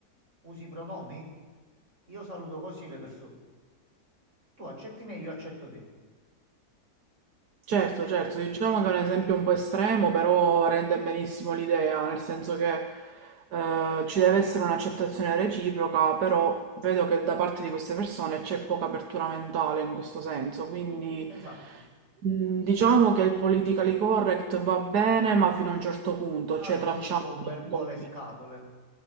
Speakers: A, on the right; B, on the right.
A: usi i pronomi? Io saluto così le persone. Tu accetti me, io accetto te.
B: Certo, certo, diciamo che è un esempio un po' estremo, però rende benissimo l'idea, nel senso che eh, ci deve essere un'accettazione reciproca, però vedo che da parte di queste persone c'è poca apertura mentale in questo senso, quindi
A: Esatto.
B: mh, diciamo che il politically correct va bene, ma fino a un certo punto,
A: Ha
B: cioè
A: rotto
B: tracciamo i
A: un bel po'
B: confini.
A: le scatole.